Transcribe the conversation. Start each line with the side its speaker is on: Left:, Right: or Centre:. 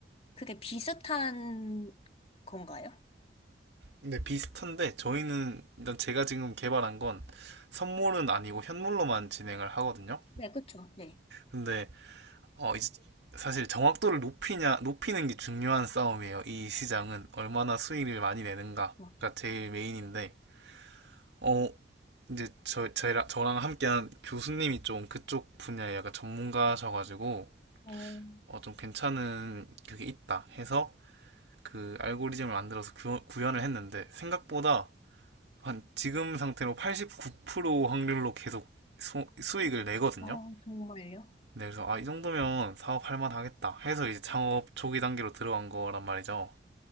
Left: 그게 비슷한 건가요?
Right: 네, 비슷한데, 저희는, 일단 제가 지금 개발한 건 선물은 아니고 현물로만 진행을 하거든요.
Left: 네, 그쵸. 네.
Right: 근데 어, 이제 사실 정확도를 높이냐, 높이는 게 중요한 싸움이에요. 이 시장은 얼마나 수익을 많이 내는가가
Left: 와.
Right: 제일 메인인데, 어, 이제 저, 저랑, 저랑 함께한 교수님이 좀 그쪽 분야에 약간 전문가셔가지고,
Left: 어,
Right: 어, 좀 괜찮은 그게 있다 해서 그 알고리즘을 만들어서 구현, 구현을 했는데, 생각보다 한 지금 상태로 89% 확률로 계속 수, 수익을 내거든요.
Left: 아, 정말요?
Right: 네, 그래서 아, 이 정도면 사업할 만하겠다 해서 이제 창업 초기 단계로 들어간 거란 말이죠.